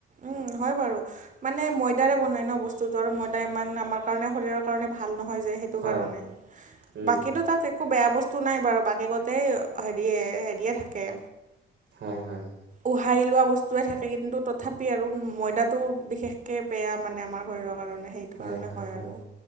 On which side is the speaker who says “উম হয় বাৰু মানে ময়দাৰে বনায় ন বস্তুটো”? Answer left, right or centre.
Right